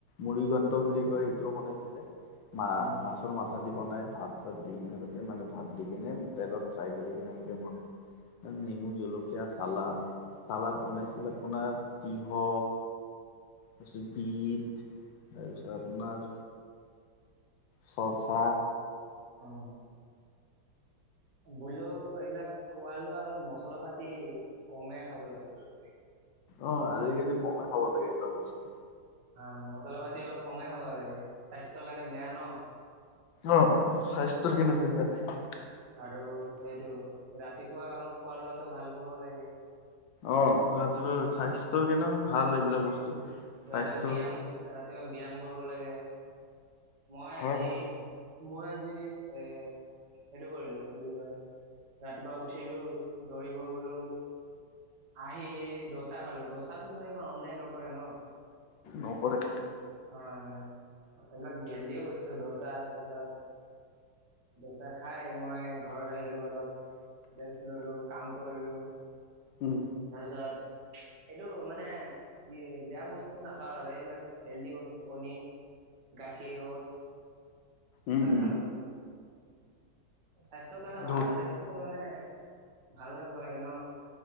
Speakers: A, on the left; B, on the right.
A: মুৰিগন্তা বুলি কয়, সেইটোও বনাইছিলে মা
B: উম
A: মাছৰ মাত ভাজি বনাই ভাত চাত দি কেনে তাতে মানে ভাত দি কেনে তেলত ফ্ৰাই কৰি কিনে এনেকে বনাই। নেমু, জলকীয়া, চালাদ, চালাদ বনাইছিল আপোনাৰ তিয়হ তাৰপিছত বিট তাৰপিছত আপোনাৰ চৰচা
B: অ' বোইলৰ এইবিলাক। খোৱা লোৱা অলপ মছলা পাতি কমেই খাব লাগে।
A: অ' আজিকালি কমে খাব লাগে এইবিলাক বস্তু।
B: আহ মছলা পাতি অলপ কমেই খাব লাগে, স্বাস্থ্যৰ কাৰণে বেয়া ন।
A: অ' স্বাস্থ্যৰ কেনে বেয়া।
B: আৰু এইটো ৰাতিপুৱা অলপ খোৱা লোৱাতটো ভাল কৰিব লাগে।
A: অ' ৰাতিপুৱা স্বাস্থ্যৰ কেনে ভাল এইবিলাক বস্তু। স্বাস্থ্য
B: ৰাতিপুৱা ব্যায়াম, ৰাতিপুৱা ব্যায়াম কৰিব লাগে। মই আজি
A: হয়
B: মই আজি এ এইটো কৰিলো কি বুলি কয় ৰাতিপুৱা উঠিলো দৌৰিব গলোঁ। আহি দচা খালো, দচাটোতো ইমান অনলাইন নকৰে ন।
A: নকৰে।
B: হয়, হয় এবিলাক দেলহিয় বস্তু ধচা তছা। দচা খাই মই ঘৰত আহিলো। অলপ ৰেষ্ট ললোঁ কাম কৰিলো
A: উম
B: তাৰপিছত। এইটো মানে যি বেয়া বস্তু নাখাওঁ আৰু এইবিলাক। হেলদি বস্তু কণী, গাখীৰ, ওটছ। হেইবিলাক
A: উম উম
B: খালোঁ, স্বাস্থ্যৰ কাৰণে
A: ধ
B: ভাল স্বাস্থ্যটো মানে। ভাল লাগিব লাগে ন।